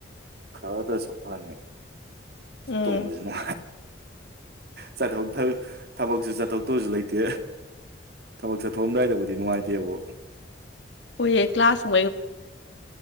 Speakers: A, on the right; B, on the left.
A: ꯈꯔꯗꯁꯨ ꯐꯅꯤ
B: ꯎꯝ
A: ꯇꯨꯝꯕꯁꯤꯅꯥ ꯆꯠꯊꯣꯛ ꯊꯕꯛꯁꯨ ꯆꯠꯊꯣꯛ ꯇꯧꯁꯨ ꯂꯩꯇꯦ ꯊꯕꯛ ꯆꯠꯊꯣꯛꯑꯝꯗꯥꯏꯗꯕꯨꯗꯤ ꯅꯨꯡꯉꯥꯏꯇꯦꯕꯨ
B: ꯍꯣꯏꯌꯦ ꯀ꯭ꯂꯥꯁ <unintelligible>